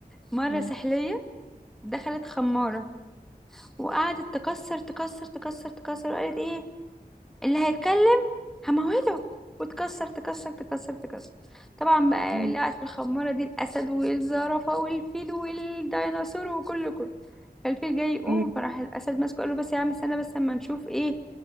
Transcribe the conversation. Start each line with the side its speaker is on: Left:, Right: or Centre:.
Centre: مرة
Right: مم.
Centre: سحلية دخلت خمارة وقعدت تكسر تكسر تكسر تكسر قالت ايه اللي هيتكلم هموته وتكسر تكسر تكسر تكسر طبعا بقى
Right: مم.
Centre: اللي قاعد في الخمارة دي الأسد والزرافة والفيل والديناصور وكله كله فالفيل جاي يقوم
Right: مم.
Centre: فراح الأسد ماسكه قال له بس يا عم استنى بس اما نشوف ايه